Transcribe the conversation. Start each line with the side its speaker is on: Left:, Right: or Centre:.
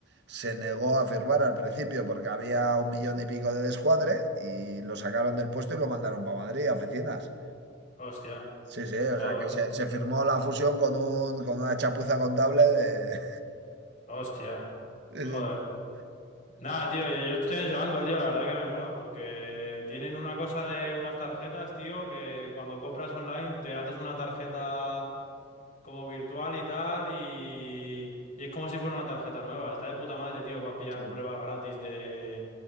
Right: se negó a firmar al principio porque había un millón y pico de descuadre y lo sacaron del puesto y lo mandaron para Madrid, a oficinas.
Left: Hostia.
Right: Sí, sí, o
Left: Joder.
Right: sea que se, se firmó la fusión con un, con una chapuza contable de...
Left: Hostia.
Right: <laughs>
Left: Joder. Nada, tío, yo, yo estoy en ese banco, tío. La verdad que me mola porque tienen una cosa de unas tarjetas, tío, que cuando compras online te haces una tarjeta como virtual y tal, y, y es como si fuera una tarjeta nueva. Está de puta madre, tío, para pillar
Right: Sí, sí,
Left: pruebas gratis de